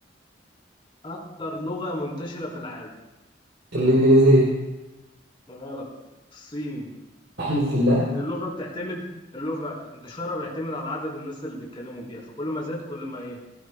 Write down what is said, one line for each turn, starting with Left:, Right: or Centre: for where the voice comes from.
Left: اكتر لغة منتشرة في العالم
Right: الانجليزية
Left: غلط الصيني
Right: احلف بالله
Left: لأن اللغة بتعتمد اللغة انتشارها بيعتمد على عدد الناس اللي بيتكلموا بيها فكل ما زاد كل ما إيه